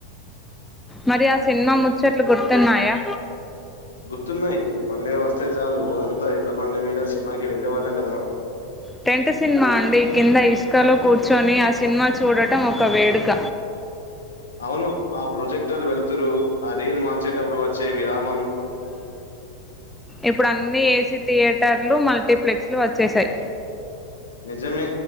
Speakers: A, in the centre; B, on the left (about 70°).
A: మరి ఆ సినిమా ముచ్చట్లు గుర్తున్నాయా
B: గుర్తున్నాయి మండే వస్త అే చాలు ఊరంతా ఎట్లా బండి మీద సినిమాకి వెళ్లేే వాళ్ళం కదా
A: టెంట్ సినిమా అండి కింద ఇష్టం క్కలు కూర్చొని ఆ సినిమా చూడటం ఒక వేడుక
B: అవును ఆ ప్రొజెక్టర్ వెళతురు ఆ రీల్ మార్ల్చేటప్పుడు వచ్చే విరామం
A: ఇప్పుడు అన్నిీ ఏసీ థియేటర్లు మల్టీప్లెక్స్ లు వచ్చేసాయి
B: నిజమే